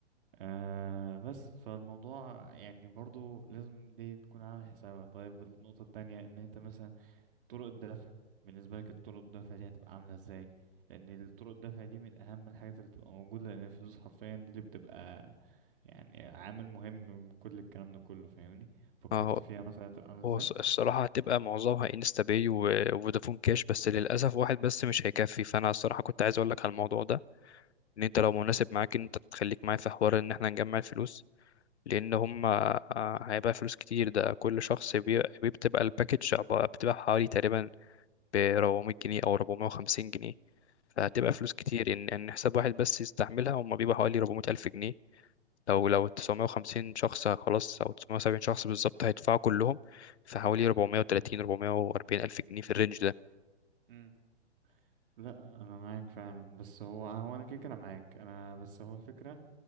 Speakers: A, on the right; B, on the left.
A: آه بس فالموضوع يعني برضو لازم دي تكون عامل حسابها طيب النقطة التانية ان انت مثلا طرق الدفع بالنسبة لك طرق الدفع دي هتبقى عاملة ازاي لان الطرق الدفع دي من اهم الحاجات اللي بتبقى موجودة لان الفلوس حرفيا دي اللي بتبقى يعني عامل مهم من كل الكلام ده كله فاهمني فكرت
B: اه هو
A: فيها مثلا هتبقى عاملة ازاي
B: هو الص- الصراحة هتبقى معظمها انستا باي و- وفودافون كاش بس للأسف واحد بس مش هيكفي فأنا الصراحة كنت عايز أقولك على الموضوع ده إن أنت
A: مم.
B: لو مناسب معاك إن أنت تخليك معايا في حوار إن احنا نجمع الفلوس لان هم آه، هيبقى فلوس كتير ده كل شخص بي- بي- بتبقى الباكج عب- بتبقى حوالي تقريبا ب 400 جنيه او 450 جنيه فهتبقى فلوس كتير ان ان حساب واحد بس يستحملها هم بيبقى حوالي 400 الف جنيه لو لو 950 شخص خلاص او 970 شخص بالظبط هيدفعوا كلهم فحوالي 430 440 الف جنيه في الرينج ده
A: مم. لا انا معاك فعلا بس هو آه، هو انا كده كده معاك انا بس هو الفكره